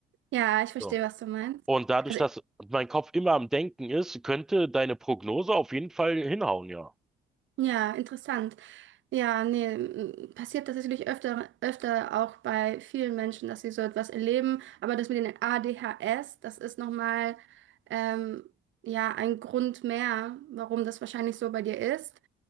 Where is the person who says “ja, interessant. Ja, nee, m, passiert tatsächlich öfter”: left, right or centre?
Right